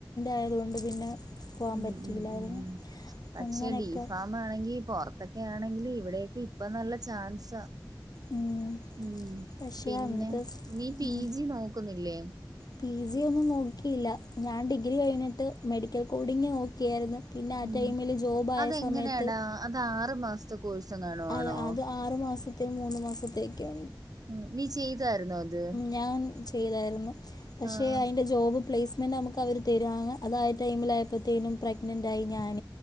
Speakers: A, on the left; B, on the right.
A: ആയതുകൊണ്ട് പിന്നെ പോകാൻ
B: ഉം
A: പറ്റിയില്ലായിരുന്നു
B: ഉം ഉം ഉം പക്ഷെ
A: അങ്ങനെയൊക്കെ
B: ഡി ഫാമ്മ് ആണെങ്കി പുറത്തൊക്കെ ആണെങ്കിൽ ഇവിടെൊക്കെ ഇപ്പ നല്ല ചാൻസ
A: ഉം.
B: മ്
A: പക്ഷേ
B: പിന്നെ
A: അന്നത്തെ സ്-
B: നീ പി
A: ഉം.
B: ജി നോക്കുന്നില്ലേ?
A: പി ജി ഒന്നും നോക്കിയില്ല ഞാൻ ഡിഗ്രി കഴിഞ്ഞിട്ട് മെഡിക്കൽ കോഡിങ്ങ് നോ ഒക്കെയായിരുന്നു പിന്നെ ആ
B: ഉം
A: ടൈമിൽ ജോബായ
B: അതെങ്ങനെയാടാ
A: സമയത്ത്
B: അത് ആറു മാസത്തെകോഴ്സ് എങ്ങാനം
A: അത്
B: ആണോ
A: അത് ആറ് മാസത്തെയ മൂന്ന് മാസത്തെയൊക്കെയ
B: മ് നീ ചെയ്തായിരുന്നോ അത്
A: ഞാൻ ചെയ്തായിരുന്നു പക്ഷേ
B: ആഹ്
A: അതിന്റെ ജോബ് പ്ലേസ്മെന്റ് നമുക്ക് അവർ തരുവാ അതായ ടൈമിലായയപ്പോഴത്തേനും പ്രഗ്നന്റയി ഞാൻ